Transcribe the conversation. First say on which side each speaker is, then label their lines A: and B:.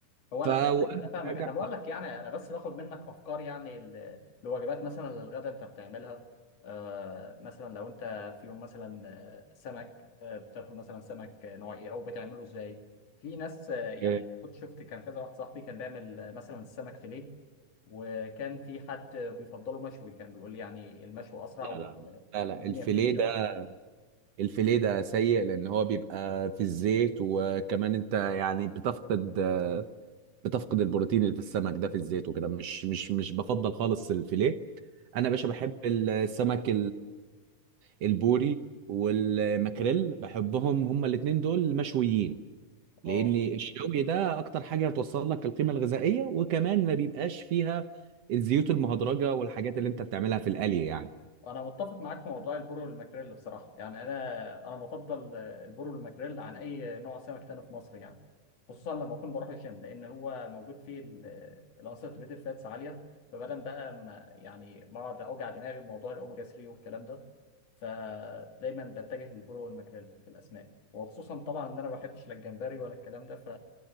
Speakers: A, on the left (about 50°); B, on the right (about 65°).
A: هو
B: ف
A: انا
B: وانا
A: فاهمك انا فاهمك
B: راجع
A: انا بقول
B: آه،
A: لك يعني انا بس باخد منك افكار يعني ل- لوجبات مثلا للغدا انت بتعملها آه مثلا لو انت في يوم مثلا آه، سمك آه بتاكل مثلا سمك آه، نوع ايه او بتعمله ازاي في ناس آه يعني
B: إيه،
A: كنت شفت كان كذا واحد صاحبي كان بيعمل آه، مثلا السمك فيليه وكان في حد بيفضله مشوي كان بيقول لي يعني المشوي اسرع
B: لا
A: و-
B: لا
A: آه،
B: لا لا
A: والدنيا
B: الفيليه
A: بتمشي
B: ده
A: اسرع
B: الفيليه ده سيء لان هو بيبقى في الزيت وكمان انت يعني بتفقد بتفقد البروتين اللي في السمك ده في الزيت وكده مش مش مش بفضل خالص الفيليه انا يا باشا بحب السمك البوري والماكريل بحبهم هما الاتنين دول مشويين لان
A: اه
B: الشوي ده اكتر حاجه بتوصل لك القيمه الغذائيه وكمان ما بيبقاش فيها الزيوت المهدرجه والحاجات اللي انت بتعملها في القلي يعني
A: انا متفق معاك في موضوع البورو والماكريل بصراحه يعني انا انا بفضل آه، البورو والماكريل عن اي نوع سمك تاني في مصر يعني خصوصا لما اكون بروح الجيم لان هو موجود فيه الانساتوريتد فاتس عاليه فبدل بقى ما يعني ما اقعد اوجع دماغي بموضوع الاوميجا 3 والكلام ده فدايما بتجه للبورو والماكريل في الاسماك وخصوصا طبعا ان انا ما بحبش لا الجمبري ولا الكلام ده ف...